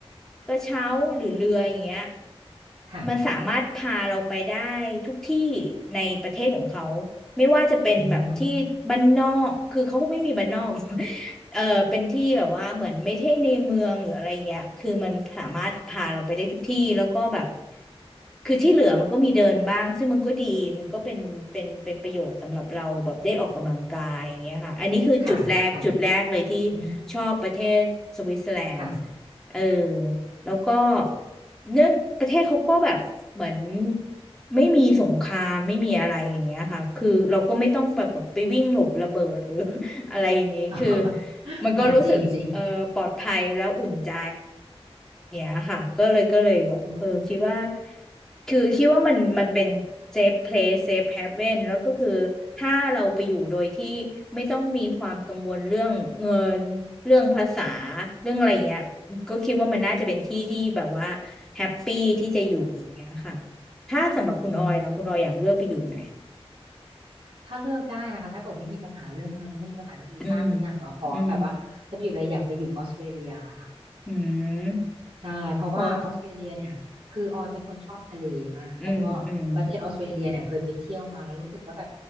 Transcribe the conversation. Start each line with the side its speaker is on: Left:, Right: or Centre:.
Centre: กระเช้าหรือเรืออย่างเงี้ย
Right: ค่ะ
Centre: มันสามารถพาเราไปได้ทุกที่ในประเทศของเขาไม่ว่าจะเป็นแบบที่บ้านนอกคือเขาก็ไม่มีบ้านนอก
Right: อืม
Centre: <laughs> เออเป็นที่แบบว่าเหมือนไม่ใช่ในเมืองหรืออะไรเงี้ยคือมันสามารถพาเราไปได้ทุกที่แล้วก็แบบคือที่เหลือมันก็มีเดินบ้างซึ่งมันก็ดีมันก็เป็นเป็นเป็นประโยชน์สำหรับเราแบบได้ออกกำลังกายอย่างเงี้ยค่ะอันนี้คือจุดแรกจุดแรกเลยที่
Right: ค่ะค่ะอืม
Centre: ชอบประเทศสวิตเซอร์แลนด์
Right: ค่ะ
Centre: เออแล้วก็เนื่องประเทศเขาก็แบบเหมือนไม่มีสงครามไม่มีอะไรอย่างเงี้ยค่ะคือเราก็ไม่ต้องแบบแบบไปวิ่งหลบระเบิดหรือ อะไรอย่างนี้คือ
Right: <laughs>
Centre: มันก็รู้สึกเออปลอดภัยแล้วอุ่นใจ
Right: อ๋อจริงจริง
Centre: เนี่ยค่ะก็เลยก็เลยแบบเออคิดว่า
Right: อืม
Centre: คือคิดว่ามันมันเป็น safe place safe haven แล้วก็คือถ้าเราไปอยู่โดยที่ไม่ต้องมีความกังวลเรื่องเงินเรื่องภาษาเรื่องอะไรเงี้ยก็คิดว่ามันน่าจะเป็นที่ที่แบบว่าแฮปปี้ที่จะอยู่อย่างเงี้ยค่ะถ้าสำหรับคุณออยล่ะคุณออยอยากเลือกไปอยู่ไหน
Right: อืมอืมถ้าเลือกได้นะคะถ้าเกิดไม่มีปัญหาเรื่องเงินไม่มีปัญหาเรื่องวีซ่าทุกอย่างเนาะพร้อมแบบว่าจะไปอยู่เลยอยากไปอยู่ออสเตรเลียค่ะ
Centre: อืมอืมอืม
Right: ใช่เพราะว่าออสเตรเลียเนี่ยคือออยเป็นคนชอบทะเลมากแล้วก็ประเทศออสเตรเลียเนี่ยเคยไปเที่ยวมาแล้วรู้สึกว่าแบบ
Centre: พอ อืมอืม